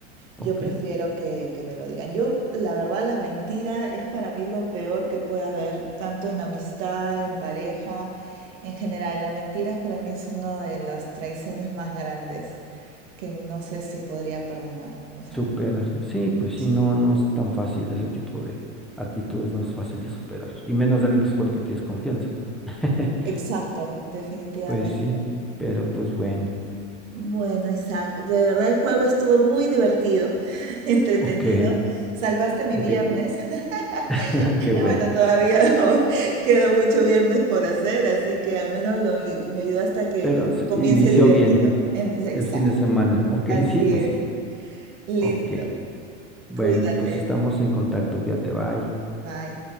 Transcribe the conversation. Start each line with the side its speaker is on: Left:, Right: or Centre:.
Centre: ok.
Right: Yo prefiero que, que me lo digan. Yo, la verdad, la mentira es para mí lo peor que puede haber, tanto en amistad, en pareja, en general. La mentira para mí es una de las traiciones más grandes que no sé si podría perdonar. O sea,
Centre: Superar. ¿no? Sí, pues
Right: sí.
Centre: sí, no, no es tan fácil. Ese tipo de actitudes no es fácil de superar. Y menos de alguien que supone que tienes confianza. <laughs>
Right: Exacto, definitivamente.
Centre: Pues sí, pero pues bueno.
Right: Bueno, Isaac, de verdad el juego estuvo muy divertido, <laughs> entretenido.
Centre: Ok,
Right: Salvaste mi
Centre: ok,
Right: viernes. <laughs>
Centre: <laughs>
Right: <laughs>
Centre: qué bueno.
Right: Bueno, todavía no, <laughs> queda mucho viernes por hacer, así que al menos lo, i- me ayuda hasta que
Centre: Pero se
Right: comience
Centre: inició
Right: divertido.
Centre: bien
Right: Entonces, exacto,
Centre: el fin de semana. Ok,
Right: así
Centre: <laughs> sí, pues
Right: es.
Centre: sí.
Right: Listo.
Centre: Ok. Bueno,
Right: Cuídate.
Centre: pues estamos en contacto. Cuídate, bye.
Right: Bye.